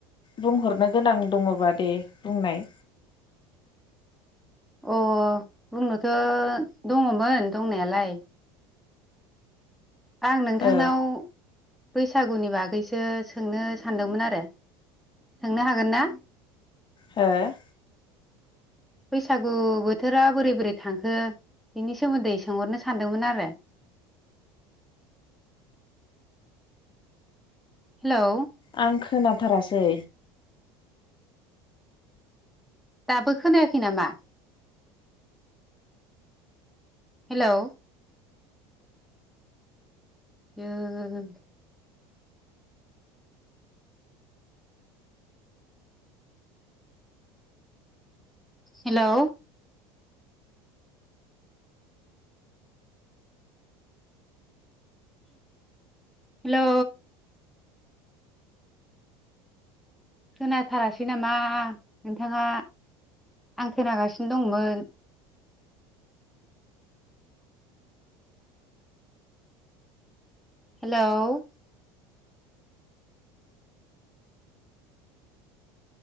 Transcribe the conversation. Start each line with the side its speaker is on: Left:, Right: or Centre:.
Left: बुंहरनो गोनां दङबा दे बुंनाय।
Centre: अ बुंनोथ' दङमोन दंनायालाय। आं नोंथांनाव
Left: ओ
Centre: बैसागुनि बागैसो सोंनो सानदोंमोन आरो, सोंनो हागोन ना?
Left: हो?
Centre: बैसागु बोथोरा बोरै बोरै थांखो बिनि सोमोन्दै सोंहरनो सानदोंमोन आरो। हेलौ?
Left: आं खोनाथारासै।
Centre: दाबो खोनायाखै नामा? हेलौ? आयो! हेलौ? हेलौ! खोनाथारासै नामा नोंथाङा आं खोनागासिनो दंमोन। हेलौ?